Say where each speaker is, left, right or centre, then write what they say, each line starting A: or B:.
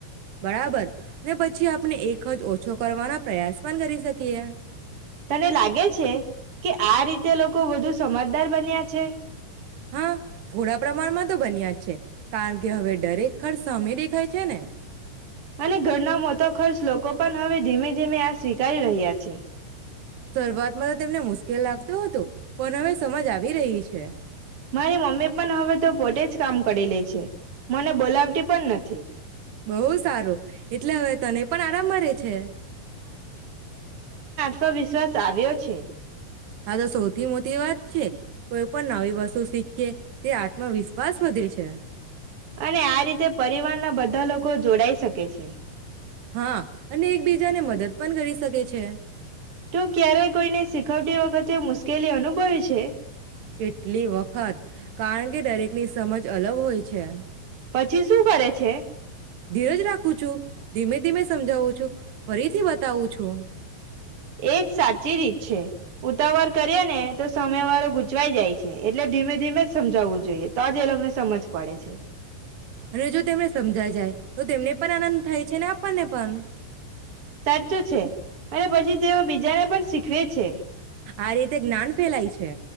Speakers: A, on the right (about 75°); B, on the right (about 40°).
A: બરાબર ને પછી આપને એક જ ઓછ છો કરવાના પ પ્રયાસ પન કરી શકીએ.
B: તને લાગે છે કે આ રીતે લોકો વધુ સમજદાર બન્યા છે.
A: હા થોડા પ્રમાણમાં તો બન્યા જ છે કારણ કે હવે દરેક ખર્ચ સામે દેખાય છે ને.
B: અને ઘરના મોટો ખર્ચ લોકો પણ હવે ધીમે ધીમે આ સ્વીકારી રહ્યા છે.
A: શરૂઆતમાં તો તેમને મુશ્કેલ લાગતું હતું પણ હવે સમજ આવી રહી છે.
B: મારી મમ્મી પણ હવે તો પોતે જ કામ કરી લે છે મને બોલાવતી પણ નથી.
A: બહું સારું એટલે હવે તને પણ આરામ મારે છે.
B: તો વિશ્વાસ આવ્યો છે.
A: હા તો સૌથી મોટી વાત છે કોઈ પણ નવી વસ્તુ શીખ. કે તે આત્મવિશ્વાસ વધે છે.
B: અને આ રીતે પરિવારના બધા લોકો જોડાઈ શકે છે.
A: હા અને એકબીજાને મદદ. પણ કરી શકે છે.
B: તું ક્યારેય કોઈને શીખવતી વખતે મુશ્કેલી અનુભવે છે.
A: કેટલી વખત. કારણ કે દરેકની સમજ અલગ હોય છે. <inaudible>
B: પછી શું કરે છે.
A: ધીરજ રાખું છું ધીમે ધીમે સમજાવું છું ફરીથી બતાવું છું.
B: એ જ સાચી રીત છે ઉતાવળ કરીએ ને તો સામે વાળો ગૂચવાઈ જાય છે એટલે ધીમે ધીમે જ સમજાવવું જોઈએ તો જ એ લોકોને સમજ પડે છે.
A: અને જો તેમને સમજાઈ જાય તો તેમને પણ આનંદ થાય છે ને આપણને પણ.
B: સાચું છે અને પછી તેઓ બીજાને પણ શીખવે છે.
A: આ રીતે જ્ઞાન ફેલાય છે.